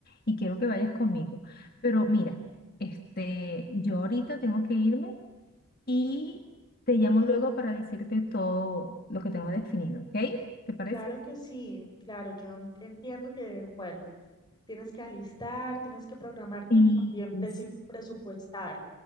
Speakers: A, on the left; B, on the left.
A: y quiero que vayas conmigo. Pero mira, este, yo ahorita tengo que irme y te llamo luego para decirte todo lo que tengo definido, ¿ok? ¿Te parece?
B: Claro que sí, claro, yo en- entiendo que, bueno, tienes que alistar, tienes que programar
A: Sí,
B: y también
A: sí,
B: presi- presupuestar,